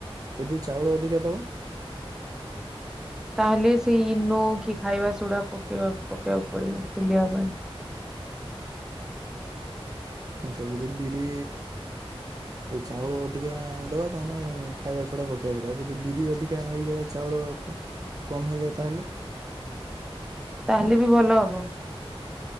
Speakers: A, on the right; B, in the centre.
A: ଯଦି ଚାଉଳ ଅଧିକା ଦବା?
B: ତାହେଲେ ସେଇ ଇନୋ କି ଖାଇବା ସୋଡା ପକେଇବା ପକେଇବାକୁ ପଡିବ ଫୁଲିବା ପାଇଁ।
A: ଆଛା ଯଦି ବିରି ସେ ଚାଉଳ ଅଧିକା ଦେବା ତାହେଲେ ଖାଇବା ସୋଡା ପକାଇବା ପଡ଼ିବ ଯଦି ବିରି ଅଧିକା ହୋଇଯାଏ ଚାଉଳ କମ୍ ହେଇଯାଏ ତାହେଲେ।
B: ତାହେଲେ ବି ଭଲ ହବ।